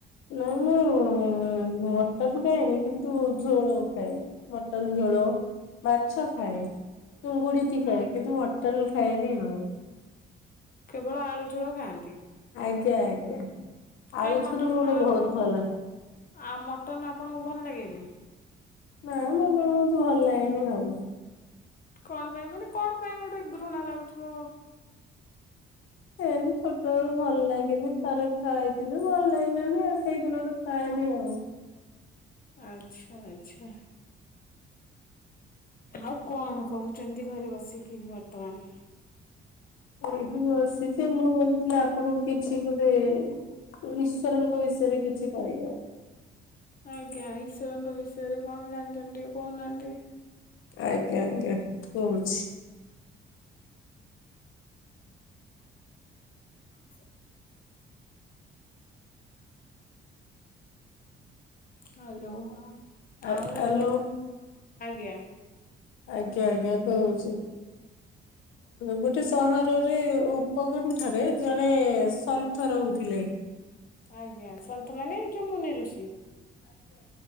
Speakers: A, on the left; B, on the left.
A: ନାଇଁ ମୁଁ ମଟର ଖାଏନି କିନ୍ତୁ ଝୋଳ ଖାଏ। ମଟନ୍ ଝୋଳ ମାଛ ଖାଏ ଚୁଙ୍ଗୁଡିଟି
B: ଖାଆନ୍ତି
A: ଖାଏ କିନ୍ତୁ ମଟନ୍ ଖାଏନି ହଉ।
B: କେବଳ ଆଳୁ ଝୋଳ ଖାଆନ୍ତି।
A: ଆଜ୍ଞା ଆଜ୍ଞା। ଆଳୁ
B: କାଇଁ ମଟନ
A: ଝୋଳ ମୋର
B: କଣ
A: ବହୁତ
B: ଆପଣଙ୍କୁ
A: ଭଲ
B: ଆ ମଟନ ଆପଣଙ୍କୁ ଭଲ ଲାଗେନି?
A: ନା ମୋତେ ଏନ୍ତି ଭଲ ଲାଗେନି ଆଉ।
B: କଣ ପାଇଁ ମାନେ କଣ ପାଇଁ ଗୋଟେ ଘୃଣା ଲାଗୁଥିବ।
A: ସେନ୍ତି ଛୋଟବେଳୁ ଭଲ ଲାଗିନି ଥରେ ଖାଇଥିଲି ଭଲ ଲାଗିଲାନି ଆଉ ସେଇଦିନଠୁ ଖାଇ <unintelligible>
B: ଆଚ୍ଛା ଆଚ୍ଛା। ଆଉ କଣ କରୁଛନ୍ତି ଘରେ ବସିକି ବି ବର୍ତ୍ତମାନ?
A: ଏଇଠୁ ବସିଛି ମୁଁ କହୁଥିଲି ଆପଣଙ୍କୁ କିଛି ଗୋଟେ ଈଶ୍ୱରଙ୍କ ବିଷୟରେ କିଛି କହିବ।
B: ଆଜ୍ଞା ଈଶ୍୍ୱରଙ୍କ ବିଷୟରେ କଣ ଜାଣିଛନ୍ତି କହୁନାହାନ୍ତି।
A: ଆଜ୍ଞା ଆଜ୍ଞା କହୁଛି।
B: <inaudible> ହ୍ୟାଲୋ
A: ଆ
B: ଆଉ
A: ଆଲୋ
B: ଆଜ୍ଞା।
A: ଆଜ୍ଞା ଆଜ୍ଞା କହୁଛି। ଗୋଟେ ସହରରେ ଉପକୂଳ ଠାରେ ଜଣେ ସନ୍ଥ ରହୁଛି। ଥିଲେ।
B: ଆଜ୍ଞା ସନ୍ଥ ମାନ ଏ ଯୋଉ ମୁନି ଋଷି।